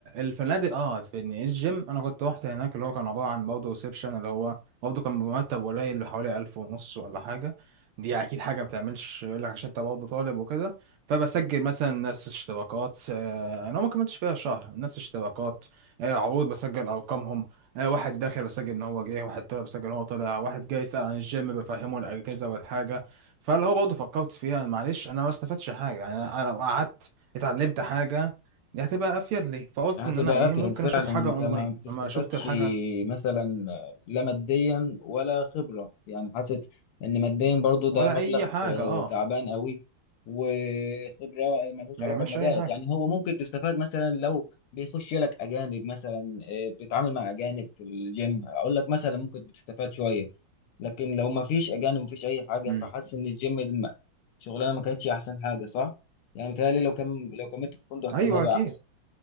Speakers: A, on the right; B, on the left.
A: الفنادق اه في إن الجيم انا كنت رحت هناك اللي هو كان عباره عن برضه ريسبشن اللي هو برضه كان بمرتب قليل بحوالي ألف ونص ولا حاجه دي اكيد حاجه ما بتعملش يقول لك عشان انت برضه طالب وكده فبسجل مثلا ناس اشتراكات آه، انا ما كملتش فيها شهر ناس اشتراكات آه، عروض بسجل ارقامهم آه، واحد داخل بسجل ان هو جه واحد طلع بسجل ان هو طلع واحد جاي يسال عن الجيم بفهمه الاجهزه والحاجه فاللي هو برضه فكرت فيها معلش انا ما استفدتش حاجه يعني انا أنا لو قعدت اتعلمت حاجه دي هتبقى افيد لي فقلت
B: هتبقى
A: ان انا ايه
B: افيد
A: ممكن
B: فعلا
A: اشوف حاجه
B: انت
A: اونلاين
B: ما بتستفادش
A: لما شفت الحاجه
B: مثلا لا ماديا ولا خبرة يعني حاسس ان ماديا برضو ده
A: ولا
B: مبلغ
A: اي حاجه
B: آه،
A: اه
B: تعبان قوي وخبرة ملهوش
A: ما
B: علاقة
A: يعملش
B: بمجالك
A: اي حاجه
B: يعني هو ممكن تستفاد مثلا لو بيخش لك اجانب مثلا آه، بتتعامل مع اجانب في الجيم اقول لك مثلا ممكن بتستفاد شوية لكن لو ما فيش اجانب ما فيش اي حاجة
A: امم
B: فحاسس ان الجيم الم- شغلانة ما كانتش احسن حاجة صح يعني متهيألي لو كان لو كملت في الفندق كان
A: ايوه
B: هيبقى
A: اكيد
B: احسن